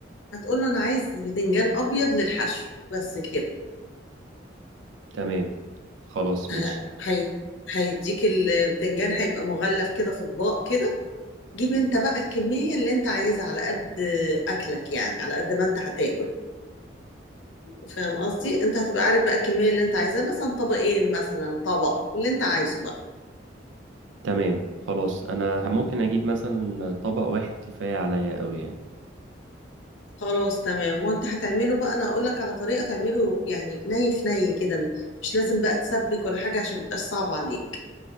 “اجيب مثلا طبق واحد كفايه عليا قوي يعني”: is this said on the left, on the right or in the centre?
Right